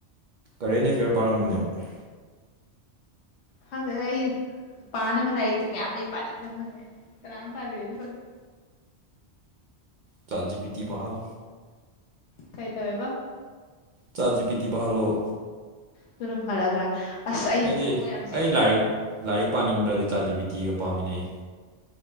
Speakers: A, on the right; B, on the left.
A: ꯀꯔꯦꯟ ꯑꯦꯐꯤꯌꯔ ꯄꯥꯔꯝꯕꯅꯦꯕ
B: ꯈꯪꯗꯗ ꯑꯩ ꯄꯥꯅꯕ ꯂꯥꯏꯔꯤꯛꯇꯤ ꯃꯌꯥꯝ ꯂꯩ ꯄꯥꯅꯤꯡꯗ ꯐꯪꯉꯦ ꯀꯅꯥꯝ ꯄꯥꯕꯤꯔꯗꯤ ꯐꯪ
A: ꯆꯥꯖꯤ ꯄꯤꯇ ꯄꯍꯜ
B: ꯀꯩ ꯇꯧꯋꯦꯕ
A: ꯆꯥꯁꯤ ꯄꯤꯇꯤ ꯄꯥꯍꯜꯂꯣꯑꯣ
B: ꯑꯗꯨꯨꯅ ꯐꯔꯗ꯭ꯔꯥ ꯑꯁ ꯑꯩꯕꯨ
A: ꯑꯩꯗꯤ
B: ꯄꯣ ꯌꯥꯝꯁꯦ
A: ꯑꯩ ꯂꯥꯏꯔꯤꯛ ꯂꯥꯏꯔꯤꯛ ꯄꯥꯅꯤꯡꯗ꯭ꯔꯗꯤ ꯆꯥꯖꯕꯤꯇꯤꯒ ꯄꯥꯝꯃꯤꯟꯅꯩ